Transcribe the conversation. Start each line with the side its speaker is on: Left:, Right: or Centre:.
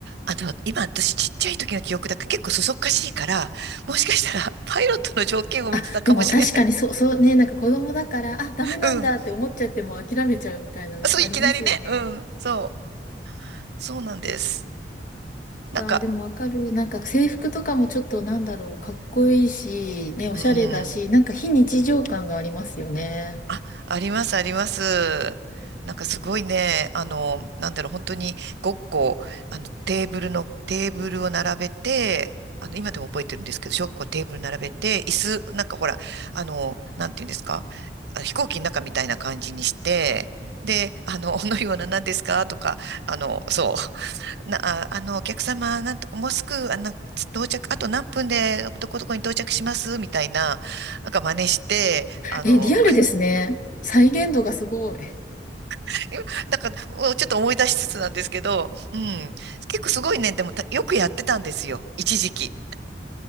Right: あの、今私ちっちゃい時の記憶だから結構そそっかしいから、もしかしたら <laughs> パイロットの条件を見てたかもしれない。
Left: あ、でも確かにそう、そうね、なんか子供だから、あ、ダメなんだって思っちゃっても諦めちゃうみたいなのありますよね。
Right: <laughs> うん。そう、いきなりね。うん。そう。そうなんです。なんか、
Left: あー、でもわかる。なんか制服とかもちょっとなんだろう、かっこいいし、ね、おしゃれだし、
Right: うん。
Left: なんか非日常感がありますよね。
Right: あ、あります、あります。なんかすごいね、あの、なんだろう、本当にごっこ、あの、テーブルの、テーブルを並べて、あの、今でも覚えてるんですけど、小学校テーブル並べて、椅子、なんかほら、あの、なんていうんですか、あ飛行機の中みたいな感じにして、で、あの、<laughs> おのような何ですかとか、あの、そう、な、あ、あの、お客様、なんとか、もうすぐ、あの、到着、あと何分でどこどこに到着しますみたいな、なんか真似して、あの、
Left: え、リアルですね。再現度がすごい。
Right: <laughs> だかおちょっと思い出しつつなんですけど、うん。結構すごいね、でもたよくやってたんですよ。一時期。